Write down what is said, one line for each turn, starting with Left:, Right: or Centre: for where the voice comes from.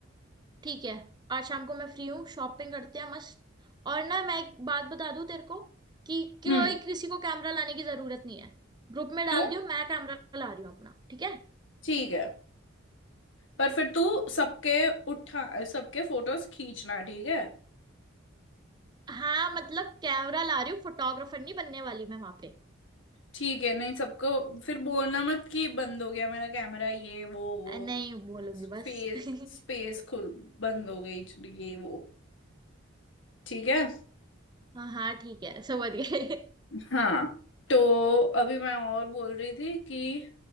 Right: ठीक है आज शाम को मैं फ्री हूँ शॉपिंग करते हैं मस्त और ना मैं एक बात बता दूँ तेरे को कि
Left: हम्म
Right: कोई किसी को कैमरा लाने की जरूरत नहीं है ग्रुप में डाल
Left: क्यों
Right: दियो मैं कैमरा ला रही हूँ अपना ठीक है
Left: ठीक है पर फिर तू सबके उठा सबके फोटोज खींचना ठीक है
Right: हाँ मतलब कैमरा ला रही हूँ फोटोग्राफर नहीं बनने वाली मैं वहां पे
Left: ठीक है नहीं सबको फिर बोलना मत कि बंद हो गया मेरा कैमरा ये वो वो
Right: अ, नहीं बोलूंगी बस
Left: फेस
Right: <laughs>
Left: स्पेस खुल बंद हो गई ये वो ठीक है
Right: हाँ हाँ ठीक है समझ गए
Left: हाँ तो अभी मैं और बोल रही थी कि